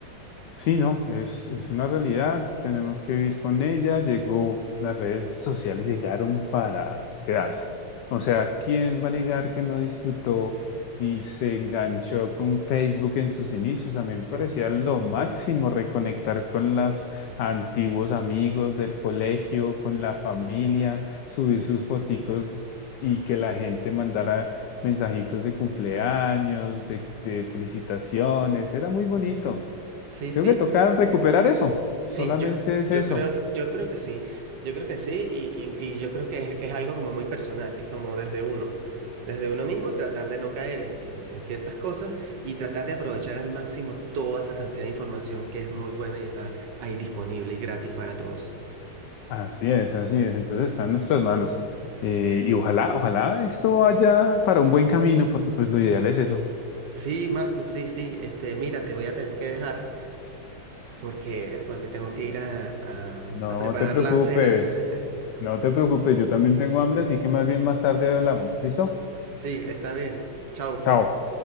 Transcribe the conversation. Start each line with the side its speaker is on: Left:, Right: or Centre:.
Left: Sí, no, es, es una realidad, tenemos que vivir con ella. Llegó, las redes sociales llegaron para quedarse. O sea, ¿quién va a negar que no disfrutó y se enganchó con Facebook en sus inicios? A mí me parecía
Right: <laughs>
Left: lo máximo reconectar con los antiguos amigos del colegio, con la familia, subir sus foticos y que la gente mandara mensajitos de cumpleaños, de de felicitaciones. Era muy bonito.
Right: Sí,
Left: Creo
Right: sí,
Left: que toca recuperar eso. Solamente
Right: Sí, yo,
Left: es
Right: yo
Left: eso.
Right: creo, yo creo que sí, yo creo que sí y, y- y yo creo que es, es algo como muy personal, es como desde uno, desde uno mismo tratar de no caer en, en- en ciertas cosas y tratar de aprovechar al máximo toda esa cantidad de información que es muy buena y está ahí disponible y gratis para todos.
Left: Así es, así es. Entonces está en nuestras manos. Eh, y ojalá, ojalá esto vaya para un buen camino, porque pues lo ideal es eso.
Right: Sí, Marco, sí, sí, este, mira, te voy a tener que dejar porque, porque tengo que ir a, a
Left: No
Right: a preparar
Left: te preocupes,
Right: la cena. <laughs>
Left: no te preocupes, yo también tengo hambre, así que más bien más tarde hablamos. ¿Listo?
Right: Sí, está bien, chao pues.
Left: Chao.